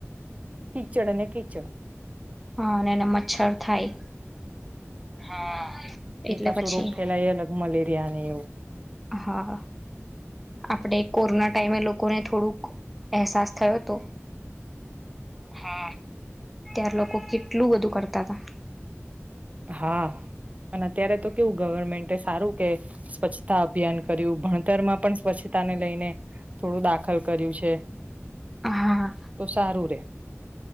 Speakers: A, on the right (about 30°); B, in the centre.
A: કિચડ અને કીચડ.
B: હા અને એના મચ્છર થાય. હા એટલે
A: એ પાછું
B: પછી
A: રોગ ફેલાય અલગ મલેરિયા ને એવું
B: <unintelligible> હા. આપણે કોરોના ટાઈમે લોકોને થોડુંક અહેસાસ થયો હતો. હા તાયાર લોકો કેટલું બધું કરતા હતા.
A: હા અને અત્યારે તો કેવું ગવર્મેન્ટ સારું કે સ્વચ્છ તા અભિયાન કર્યું ભણતરમાં પણ સ્વચ્છતા ને લઈને થોડું દાખલ કર્યું છે.
B: હા
A: તો સારું રે.